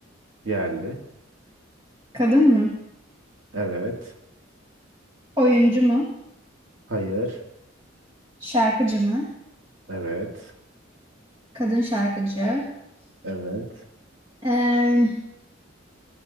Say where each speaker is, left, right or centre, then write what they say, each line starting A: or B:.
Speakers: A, on the right; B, on the right.
A: Yerli.
B: Kadın mı?
A: Evet.
B: Oyuncu mu?
A: Hayır.
B: Şarkıcı mı?
A: Evet.
B: Kadın şarkıcı.
A: Evet.
B: Ee,